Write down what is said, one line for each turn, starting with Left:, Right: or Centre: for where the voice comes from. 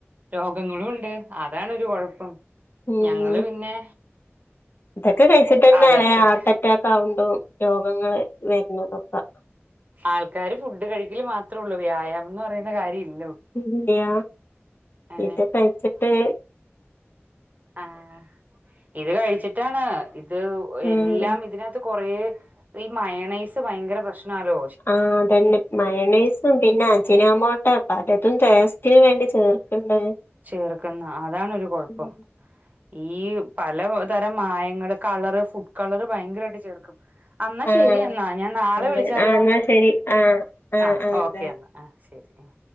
Right: രോഗങ്ങളും ഉണ്ട് അതാണൊരു കൊഴപ്പം
Left: ഉം
Right: ഞങ്ങള് പിന്നെ
Left: ഇതൊക്കെ കഴിച്ചിട്ട്
Right: അതൊക്കെ
Left: തന്നെയാണ് ഹാർട്ട് അറ്റാക്ക് ആക്ണ്ടോ രോഗങ്ങൾ വരുന്നതൊക്കെ
Right: ആൾക്കാര് ഫുഡ് കഴിക്കല് മാത്രമേള്ളൂ വ്യായാമം എന്ന് പറയുന്ന കാര്യം ഇല്ല
Left: ല്ലയാ
Right: ഏ
Left: ഇത് കഴിച്ചിട്ട്
Right: ആഹ് ഇത് കഴിച്ചിട്ടാണ് ഇത്
Left: ഉം
Right: എല്ലാം ഇതിനകത്ത് കൊറേ ഈ മയെണൈസ് ഭയങ്കര പ്രശ്നാലൊ
Left: ആഹ് അതന്നെ മയെണെയ്സും പിന്നെ അജിനാ മോട്ട പലതും ടെ സ്റ്റിനു വേണ്ടി ചേർക്ക്ണ്ട്
Right: ചേർക്കുന്ന് അതാണ് ഒരു കുഴപ്പം
Left: ഉം
Right: ഈ പല തരം മായങ്ങള് കളറ് ഫുഡ് കളറ് ഭയങ്കരമായിട്ട് ചേർക്കും അന്നാ
Left: ആഹ്
Right: ശരി എന്നാ ഞാൻ നാളെ
Left: അതെ
Right: വിളിച്ചാലോ
Left: ആഹ് എന്നാ ശരി ആഹ്
Right: ആഹ് ഓക്കേ
Left: ബൈ
Right: എന്നാ ആഹ് ശരി ആഹ്